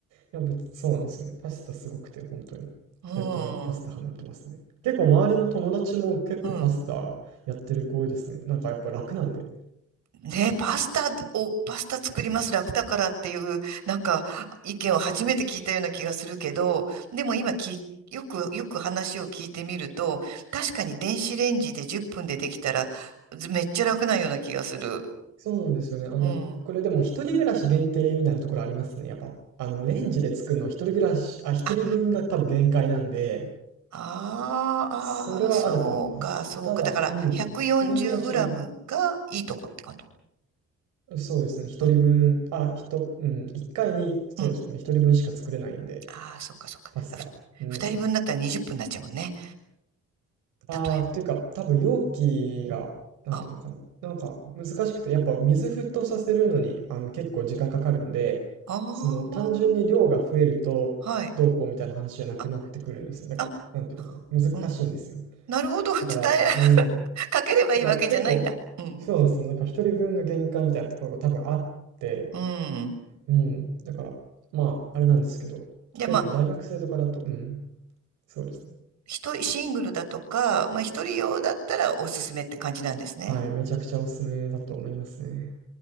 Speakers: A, on the right; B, on the right.
A: や、別そうなんですよね。パスタすごくて、本当に。
B: う
A: 最近パスタハマってますね。
B: ん。
A: 結構周りの友達も結構パスタやってる子多いですね。
B: うん。
A: なんかやっぱ楽なんで。
B: ね、パスタを、パスタ作ります楽だからっていう、なんか意見を初めて聞いたような気がするけど、でも今き、よく、よく話を聞いてみると、確かに電子レンジで10分でできたら、ずめっちゃ楽なような気がする。
A: そうなんですよね。あの、
B: うん。
A: これでも一人暮らし限定みたいなところありますね。やっぱ、あの、レンジで作るのは一人暮らし、あ、一人分が多分限界なんで、
B: あ、あーあー、
A: それはあると思います。
B: そうか、そうか。
A: ただ、
B: だから、
A: うん、
B: 140グラムがいいとこってこと。
A: 一人暮らしの、そうですね、一人分、
B: うん、
A: あ、一、うん、一回に、そうですね、
B: うん。
A: 一人分しか作れないんで、
B: ああ、そっか、そっか。
A: パスタ。
B: ふ、
A: うん。
B: 二人分だったら20分になっちゃうもんね。
A: ああ、
B: 例え
A: っていうか、多分容器が、なんていうのかな。
B: ば。あ、
A: なんか難しくて、やっぱ水沸騰させるのに、あの、結構時間かかるんで、
B: ああ、
A: その、単純に量が増えると、
B: はい。
A: どうこうみたいな話じゃなくなってくるんですよ。
B: あ、
A: だから、
B: あ、
A: なんていうのかな。難しいんですよ。
B: うん。なるほど。<laughs> 伝え、
A: だから、うん。
B: <laughs> かければいいわけじゃないんだ。
A: だから結構、
B: うん。
A: そうなんですよ。なんか一人分が限界みたいなところが多分あって、
B: うん。
A: うん。だから、まあ、あれなんですけど、
B: じゃあまあ、
A: 結構大学生とかだと、うん。そうですね。
B: 一人、シングルだとか、まあ一人用だったらおすすめって感じなんですね。
A: はい。めちゃくちゃおすすめだと思いますね。